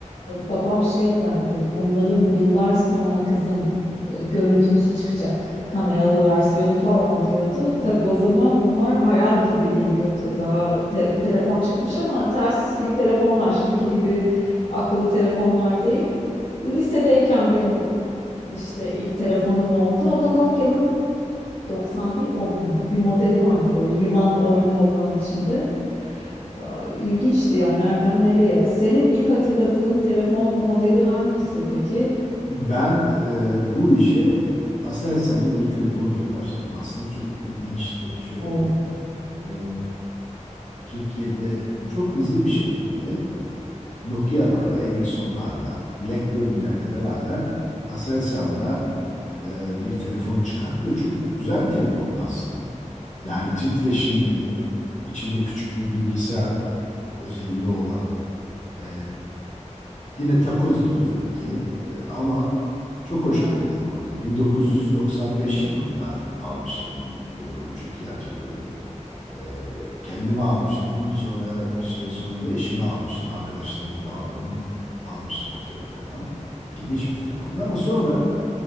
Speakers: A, on the left; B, on the left.
A: babam şey derdi, bunların yıllar sonra kızım e, görüntülüsü çıkacak, kameralı versiyonu falan diyordu. Tabii o zaman bunlar hayal gibi geliyordu. Daha te- telefon çıkmış ama telsiz gibi telefonlar, şimdiki gibi akıllı telefonlar değil. Lisedeyken benim işte ilk telefonum oldu. O da Nokia'nın 9110 muydu? Bir modeli vardı böyle yılan oyunu olan içinde. Aa, İlginçti ya nereden nereye? Senin ilk hatırladığın telefon modeli hangisi peki?
B: Ben e, bu işe Aselsan'ın bir telefonuyla başladım. Aslında çok ilginçti. Şöyle,
A: Oo,
B: e, Türkiye'de çok hızlı bir şekilde Nokia'larla, Ericsson'larla, BlackBerry'lerle beraber Aselsan'da e, bir telefon çıkarttı ve çok güzel bir telefondu aslında. Yani titreşimli, içinde küçük bir bilgisayar özelliği olan, e, Yine takoz gibi tabii ki Ee, ama çok hoş
A: evet,
B: bir telefondu. 1995 yılında almıştım ilk telefonu. Çok iyi hatırlıyorum. Ee, kendime almıştım. Sonra bir süre sonra da eşime almıştım. Arkadaşlarıma da aldım, almıştım o telefondan. İlginç bir telefondu ama sonra